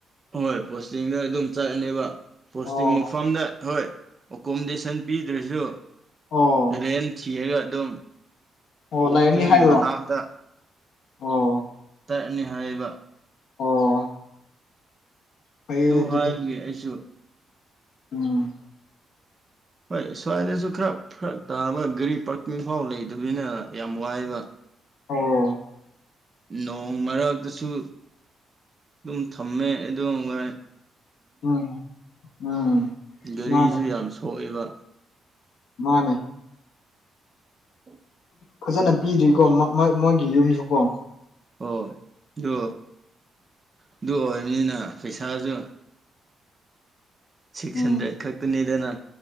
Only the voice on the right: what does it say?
ꯍꯣꯏ ꯄꯣꯁꯇꯤꯡꯗ ꯑꯗꯨꯝ ꯆꯠꯂꯅꯤꯕ ꯄꯣꯁꯇꯤꯡ
ꯃꯐꯝꯗ ꯍꯣꯏ ꯑꯣꯀꯣꯃꯣꯗꯦꯁꯟ ꯄꯤꯗ꯭ꯔꯁꯨ
ꯔꯦꯟ ꯊꯤꯔꯒ ꯑꯗꯨꯝ
ꯄꯣꯁꯇꯤꯡꯒꯤ
ꯃꯅꯥꯛꯇ
ꯇꯠꯂꯅꯤ ꯍꯥꯏꯌꯦꯕ
ꯑꯗꯨ
ꯍꯥꯏꯕꯒꯤ ꯑꯩꯁꯨ
ꯍꯣꯏ ꯁ꯭ꯋꯥꯏꯗꯁꯨ ꯈꯔ ꯐꯔꯛ ꯇꯥꯕ ꯒꯥꯔꯤ ꯄꯥꯔꯀꯤꯡ ꯐꯥꯎ ꯂꯩꯗꯕꯅꯤꯅ ꯌꯥꯝ ꯋꯥꯏꯕ
ꯅꯣꯡ ꯅꯣꯡ ꯃꯔꯛꯇꯁꯨ ꯑꯗꯨꯝ ꯊꯝꯃꯦ ꯑꯗꯨ <unintelligible>
ꯒꯥꯔꯤꯁꯨ
ꯌꯥꯝ ꯁꯣꯛꯑꯦꯕ
<inaudible>
ꯍꯣꯏ ꯑꯗꯨ ꯑꯗꯨ ꯑꯣꯏꯕꯅꯤꯅ ꯄꯩꯁꯥꯁꯨ ꯁꯤꯛꯁ
ꯍꯟꯗ꯭ꯔꯦꯗ ꯈꯛꯇꯅꯤꯗꯅ